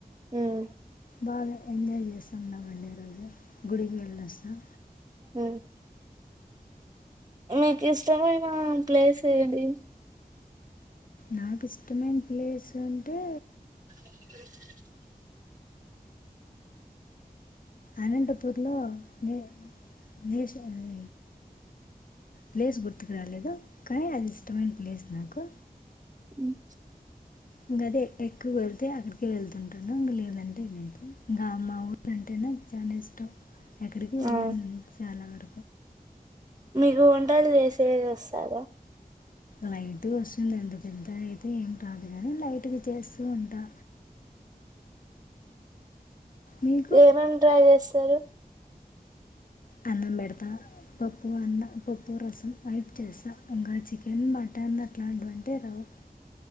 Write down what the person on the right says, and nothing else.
ఉమ్
ఉమ్ మీకు ఇష్టమైన ప్లేస్ ఏది
<inaudible>
ఉమ్
ఆ
మీకు వంటలు చేసే వ రావ
ఏమేమి ట్రై చేస్తారు